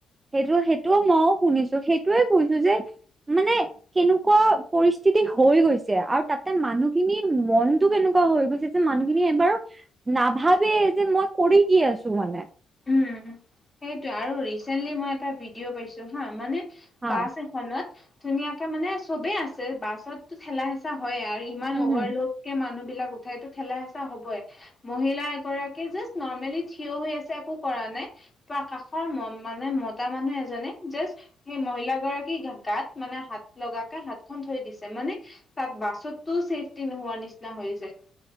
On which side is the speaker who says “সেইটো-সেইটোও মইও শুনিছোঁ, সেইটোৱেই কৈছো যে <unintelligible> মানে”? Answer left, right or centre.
Right